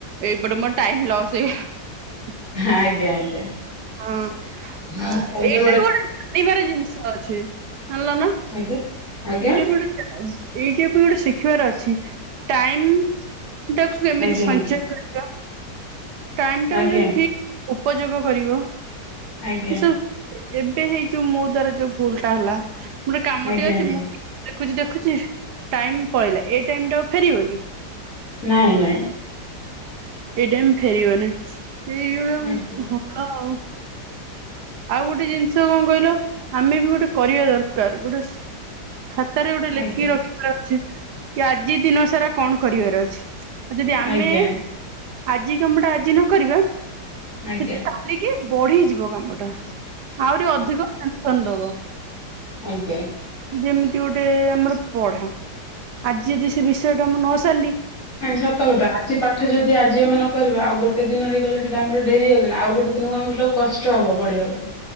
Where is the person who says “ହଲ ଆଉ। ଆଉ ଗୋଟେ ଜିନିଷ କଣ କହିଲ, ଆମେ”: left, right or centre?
Right